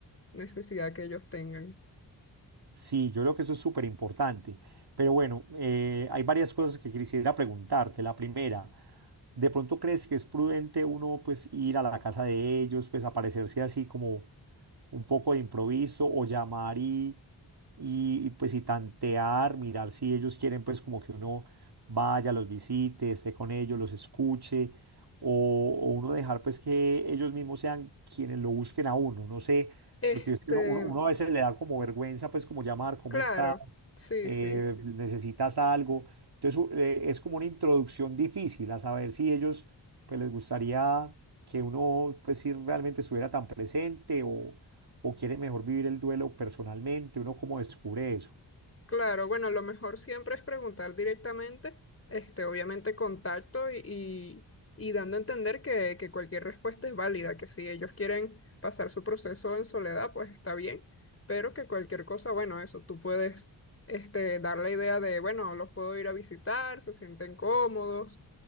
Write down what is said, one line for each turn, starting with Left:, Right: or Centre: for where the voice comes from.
Left: necesidad que ellos tengan.
Right: Sí, yo creo que eso es súper importante. Pero bueno, eh, hay varias cosas que quisiera preguntarte. La primera, ¿de pronto crees que es prudente uno pues ir a la casa de ellos, pues aparecerse así como un poco de improviso o llamar y, y, y, pues y tantear, mirar si ellos quieren pues como que uno vaya, los visite, esté con ellos, los escuche o, o uno dejar pues que ellos mismos sean quienes lo busquen a uno. No sé.
Left: Este,
Right: Porque es que uno, uno- uno a veces le da como vergüenza, pues como llamar, cómo
Left: claro,
Right: está,
Left: sí,
Right: Eh,
Left: sí.
Right: necesitas algo. Entonces u- eh, es como una introducción difícil a saber si ellos pues les gustaría que uno pues si realmente estuviera tan presente o, o quiere mejor vivir el duelo personalmente, uno como descubre eso.
Left: Claro, bueno, lo mejor siempre es preguntar directamente, este, obviamente contacto y, y, y dando a entender que, que cualquier respuesta es válida, que si ellos quieren pasar su proceso en soledad, pues está bien, pero que cualquier cosa, bueno, eso, tú puedes, este, dar la idea de, bueno, los puedo ir a visitar, se sienten cómodos,